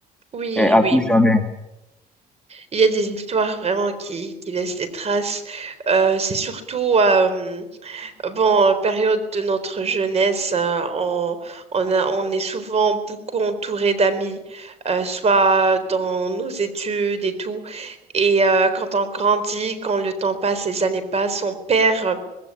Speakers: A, on the right; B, in the centre.
A: oui,
B: euh, à
A: oui.
B: tout jamais.
A: Il y a des histoires vraiment qui, qui laissent des traces. Euh, c'est surtout, euh, bon, euh, période de notre jeunesse, euh, on, on a- on est souvent beaucoup entouré d'amis, euh, soit dans nos études et tout. Et euh, quand on grandit, quand le temps passe, les années passent, on perd